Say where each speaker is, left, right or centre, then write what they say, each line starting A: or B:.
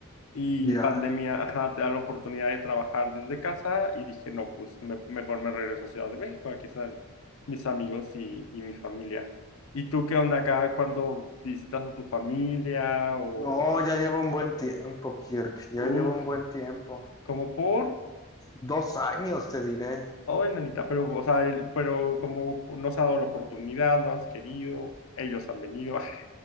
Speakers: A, on the left; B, on the left.
A: y
B: Ya.
A: pandemia, ajá, te da la oportunidad de trabajar desde casa y dije, no, pues me- mejor me regreso a Ciudad de México, aquí están mis amigos y, y mi familia. ¿Y tú qué onda acá cuando visitas a tu familia o,
B: No,
A: o-
B: ya llevo un buen tiempo, Kirk. Ya
A: uf,
B: llevo un buen tiempo.
A: como por,
B: Dos años, te diré.
A: ay, nanita, pero, o sea, el- pero como no se ha dado la oportunidad, no has querido, ellos han venido <laughs>